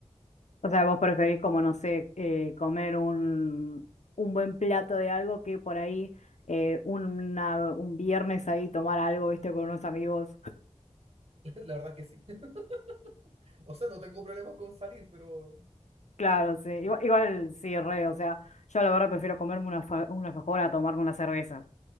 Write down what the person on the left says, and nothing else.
O sea, vos preferís como, no sé, eh, comer un, un buen plato de algo que por ahí eh, una- un viernes ahí tomar algo, viste, con unos amigos.
Claro, sí. Igual,
igual sí, re. O sea, yo la verdad prefiero comerme una, fa- una alfajora a tomarme una cerveza.